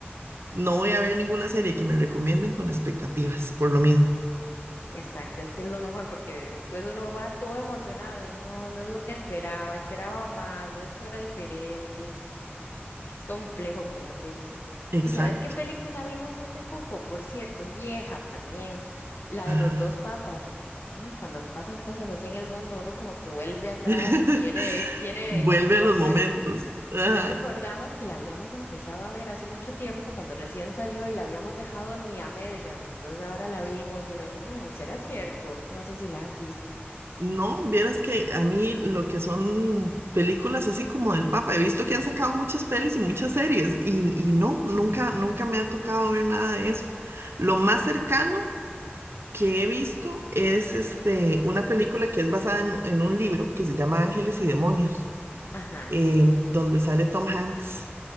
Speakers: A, on the right (about 70°); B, on the left (about 65°).
A: no voy a ver ninguna serie que me recomienden con expectativas, por lo mismo.
B: Exacto, es que es lo mejor porque después uno va todo emocionado y no, no es lo que esperaba, esperaba más o esto era diferente. que es complejo con las series.
A: Exacto.
B: ¿Y sabes qué película vimos hace poco? Por cierto, es vieja también, la
A: Ajá.
B: de los dos papas. ¿no? Cuando pasan cosas así en el mundo, uno como que vuelve atrás
A: <laughs>
B: y quiere, quiere
A: Vuelve
B: em- empaparse.
A: a los momentos. Ajá.
B: Entonces recordamos que la habíamos empezado a ver hace mucho tiempo, cuando recién salió y la habíamos dejado ni a medias. Entonces ahora la vimos y uno dice, "Mm, ¿será cierto? No sé si la has visto.
A: No, vieras que a mí lo que son películas así como del Papa, he visto que han sacado muchas pelis y muchas series y, y no, nunca, nunca me ha tocado ver nada de eso. Lo más cercano que he visto es este, una película que es basada en, en un libro que se llama Ángeles y Demonios
B: Ajá.
A: eh, donde sale Tom Hanks.